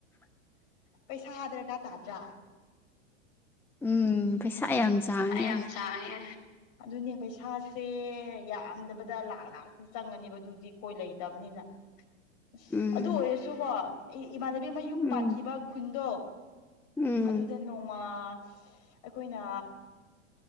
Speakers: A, on the left; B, in the centre.
A: ꯄꯩꯁꯥ ꯍꯥ ꯗ꯭ꯔꯀꯥ ꯇꯥꯗ꯭ꯔꯥ
B: ꯎꯝ ꯄꯩꯁꯥ ꯌꯥꯝ ꯆꯥꯡꯉꯦ
A: <unintelligible> ꯑꯗꯨꯅꯦ ꯄꯩꯁꯥꯁꯦ ꯌꯥꯝꯗꯕꯗ ꯂꯥꯛ ꯂꯥꯛꯇꯤ ꯆꯪꯉꯅꯤꯕ ꯑꯗꯨꯗꯤ ꯀꯣꯏ ꯂꯩꯇꯕꯅꯤꯅ
B: <inaudible>
A: ꯑꯁ
B: ꯎꯝ
A: ꯑꯗꯨ ꯑꯣꯏꯔꯁꯨ ꯀꯣ ꯏꯃꯥꯟꯅꯕꯤ ꯑꯃ ꯌꯨꯝ
B: ꯎꯝ
A: ꯄꯥꯟꯈꯤꯕ ꯈꯨꯟꯗꯣ
B: ꯎꯝ
A: ꯑꯗꯨꯗ ꯅꯣꯡꯃ ꯑꯩꯈꯣꯏꯅ